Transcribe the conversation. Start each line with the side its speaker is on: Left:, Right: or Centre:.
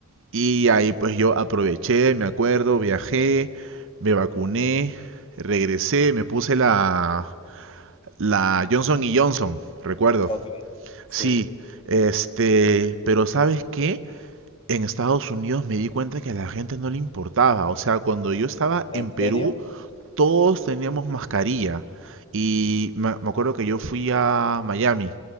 Right: Y ahí pues yo aproveché, me acuerdo, viajé, me vacuné, regresé, me puse la, la Johnson y Johnson, recuerdo.
Left: ok, sí.
Right: Sí, este, pero ¿sabes qué? En Estados Unidos me di cuenta que a la gente no le importaba. O sea, cuando yo estaba
Left: ¿En
Right: en
Left: serio?
Right: Perú, todos teníamos mascarilla. Y me me acuerdo que yo fui a Miami